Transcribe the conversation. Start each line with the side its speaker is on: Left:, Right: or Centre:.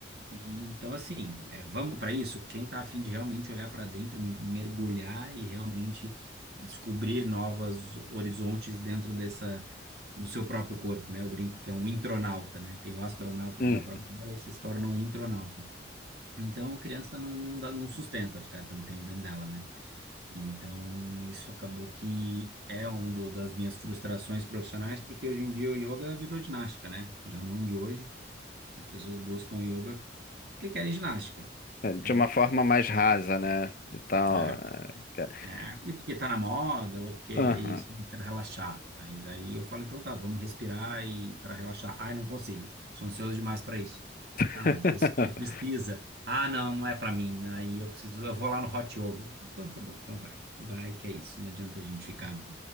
Right: E, então, assim, é, vamos para isso. Quem está afim de realmente olhar para dentro, mergulhar e realmente descobrir novos horizontes dentro dessa do seu próprio corpo, né? Eu brinco que é um intronauta, né? Tem o astronauta
Left: uhum.
Right: que vai para fora e se torna um intronauta. Então, a criança não, não dá, não sustenta ficar tanto tempo dentro dela, né? Então, isso acabou que é uma das minhas frustrações profissionais, porque hoje em dia o yoga virou ginástica, né? Já não de hoje. As pessoas buscam yoga porque querem ginástica.
Left: É, De
Right: É,
Left: uma
Right: eu,
Left: forma mais rasa, né? E tal.
Right: é,
Left: é, que-
Right: é, e porque tá na moda, ou porque é
Left: Aham.
Right: isso, não quero relaxar. Mas aí eu falo, então tá, vamos respirar e para relaxar. Ai, não consigo, sou ansioso demais para isso.
Left: <laughs>
Right: Tá, mas isso você precisa. Ah, não, não é para mim. né? Aí eu preciso, eu vou lá no Hot Yoga. Então tá bom, então vai. Vai que é isso. Não adianta a gente ficar